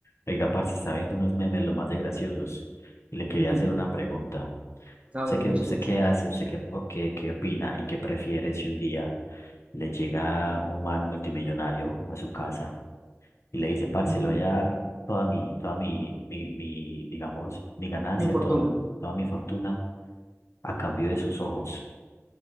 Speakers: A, on the left; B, on the right.
A: Oiga, parce, está viendo unos memes los más de graciosos y le quería
B: Ujú.
A: hacer una pregunta.
B: A
A: ¿Usted
B: ver,
A: qué,
B: me
A: usted
B: escucho.
A: qué hace? ¿Usted qué, o qué, qué opina y qué prefiere si un día le llega un man multimillonario a su casa y le dice, parce,
B: Ujú.
A: le voy a dar toda mi, toda mi, mi, mi, digamos, mi ganancia,
B: Mi fortuna.
A: todo, toda mi fortuna a cambio de sus ojos?